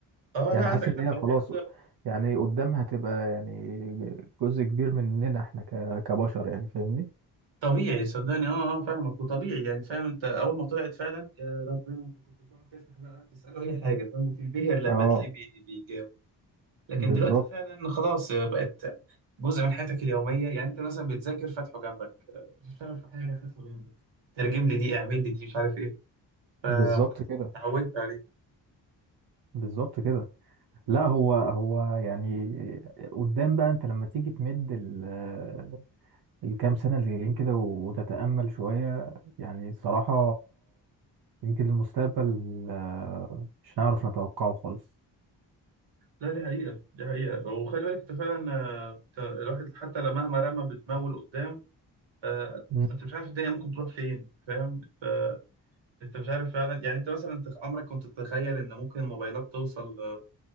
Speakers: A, on the right; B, on the right.
A: اه
B: يعني
A: لا عندك
B: حاسس ان
A: حق
B: هي خلاص
A: <laughs> هو بس
B: يعني قدامها تبقى يعني جزء كبير مننا احنا ك- كبشر يعني فاهمني
A: طبيعي صدقني اه اه فاهمك وطبيعي يعني فاهم انت اول ما طلعت فعلا يا ربنا انت كنت بتقعد تفتح بقى تساله اي حاجه فاهم وتنبهر لما
B: اه
A: تلاقيه بي- بيجاوب لكن
B: بالظبط
A: دلوقتي فعلا خلاص بقت جزء من حياتك اليومية يعني أنت مثلا بتذاكر فاتحه جنبك آه، بتشتغل في حاجة فاتحه جنبك ترجم لي دي اعمل لي دي مش عارف إيه آه،
B: بالظبط
A: خلاص
B: كده
A: اتعودت عليه
B: بالظبط كده لا هو هو يعني قدام بقى انت لما تيجي تمد ال- الكام سنة اللي جايين كده وتتأمل شوية يعني صراحة يمكن المستقبل آه، مش هنعرف نتوقعه خالص
A: لا دي حقيقة دي حقيقة وخلي بالك أنت فعلا آه، أنت الواحد حتى لو مهما رمى بدماغه لقدام آه،
B: مم.
A: أنت مش عارف الدنيا ممكن تروح فين فاهم أنت أنت مش عارف فعلا يعني أنت مثلا أنت عمرك كنت تتخيل إن ممكن الموبايلات توصل آه،